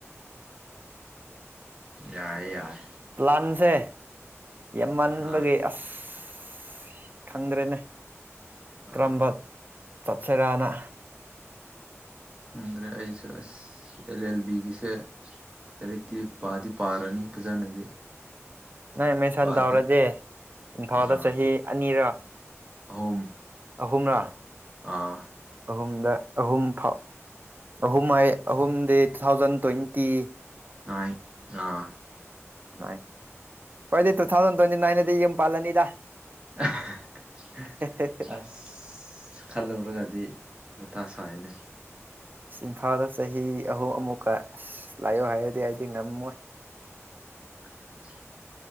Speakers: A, on the right; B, on the right.
A: ꯌꯥꯏꯌꯦ ꯌꯥꯔꯦ꯫
B: ꯄ꯭ꯂꯥꯟꯁꯦ ꯌꯥꯝꯃꯥꯟꯕꯒꯤ
A: ꯑꯥ
B: ꯑꯁ ꯑꯁ ꯈꯪꯗ꯭ꯔꯦꯅꯦ ꯀꯔꯝꯕ
A: ꯑꯥ
B: ꯆꯠꯁꯦꯔꯥꯅ꯫
A: ꯉꯝꯗ꯭ꯔꯦ ꯑꯩꯁꯨ ꯑꯁ ꯑꯦꯜ ꯑꯦꯜ ꯕꯤꯒꯤꯁꯦ ꯂꯥꯏꯔꯤꯛꯇꯤ ꯄꯥꯗꯤ ꯄꯥꯔꯅꯤ ꯐꯖꯅꯗꯤ꯫
B: ꯅꯪ ꯑꯦꯃꯤꯁꯟ
A: ꯄꯥꯗꯦ
B: ꯇꯎꯔꯗꯤ ꯏꯝꯐꯥꯜꯗ
A: ꯑꯥ
B: ꯆꯍꯤ ꯑꯅꯤꯔꯥ?
A: ꯑꯍꯨꯝ꯫
B: ꯑꯍꯨꯝꯔ?
A: ꯑꯥ
B: ꯑꯍꯨꯝꯗ ꯑꯍꯨꯝ ꯐꯥꯎ꯫ ꯑꯍꯨꯝ ꯍꯥꯏ ꯑꯍꯨꯝꯗꯤ ꯇꯨꯊꯥꯎꯖꯟ ꯇ꯭ꯋꯦꯟꯇꯤ
A: ꯥꯅꯥꯏꯠ ꯑꯥ
B: ꯅꯥꯏ ꯍꯣꯏꯗꯤ ꯇꯨꯊꯥꯎꯖꯟ ꯇ꯭ꯋꯦꯟꯇꯤ ꯅꯥꯏꯟꯗꯗꯤ ꯌꯨꯝ ꯄꯥꯜꯂꯅꯤꯗ꯫
A: <unintelligible>
B: ꯑꯁ
A: ꯑꯁ ꯈꯜꯂꯨꯔꯒꯗꯤ ꯃꯊꯥ ꯁꯥꯏꯅꯦ꯫
B: ꯏꯁ ꯏꯝꯐꯥꯜꯗ ꯆꯍꯤ ꯑꯍꯨꯝ ꯑꯃꯨꯛꯀ ꯑꯁ ꯂꯩꯌꯣ ꯍꯥꯏꯔꯗꯤ ꯑꯩꯗꯤ ꯉꯝꯃꯣꯏ꯫
A: <unintelligible>